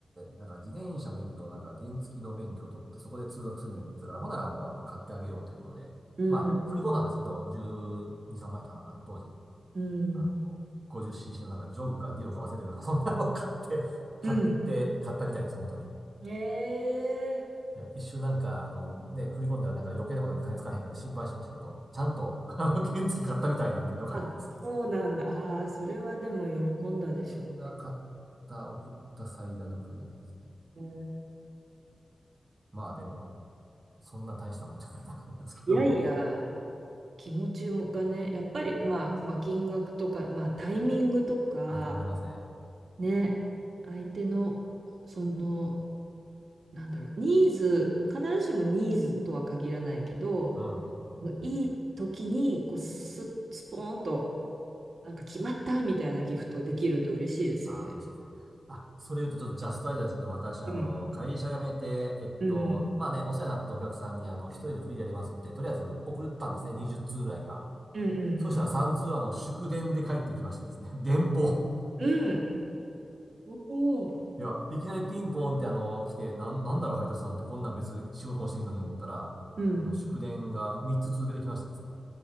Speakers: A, on the right; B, on the right.
A: なんか自転車もいいけど、なんか原付の免許を取ってそこで通学するみたいに言ってたから、ほんならもうあの買ってあげようということで。
B: うん、
A: まあ、
B: うんうん、
A: 振り込んだんですけど、12、3万円だったかな、当時。
B: うん、
A: あの、50cc のなんかジョグかディオか忘れてるけど、なんかそんなの買って、買って、
B: う
A: 買ったみたいです、本当に。
B: ん。えー、
A: いや、一瞬なんか、あのね、振り込んだらなんか余計なことに金使わへんかで心配しましたけど、ちゃんと、あの、原付買ったみたいなんでよかったです。
B: あ、そうなんだ。ああ、それはでも喜んだでしょ
A: れが買った、送った最大のプレゼントですね。
B: うね。
A: まあでも、そんな大したもんじゃないと思いますけども。
B: いやいや、気持ちもがね、やっぱり、まあ、まあ、金額とか、まあ、タイミングとか、
A: <laughs> あ、タイムありますね。
B: ね、相手の、その、なんだろう、ニーズ、必ずしもニーズとは限らないけど、
A: うん。
B: いい時に、こう、ススポーンと、なんか決まったみたいなギフトできると嬉しいですよね。
A: ああ、嬉しいですね。あ、それ言うとちょっとジャストアイデアですけど、私、あの、
B: うん。
A: 会社辞めて、えっと、
B: うん。
A: まあね、お世話になったお客さんに、あの、一人でフリーでやりますって、とりあえず送ったんですね。20通ぐらいか。
B: うんう
A: そしたら3通、
B: ん
A: あの、祝電で帰ってきましてですね。<laughs> 電報。
B: うん。うん。おお。
A: いや、いきなりピンポンって、あの、来て、なん、なんだろう、配達なんて、こんなん別に仕事もしてへんのにと思ったら、
B: うん。
A: あの、祝電が3つ続けてきましてですね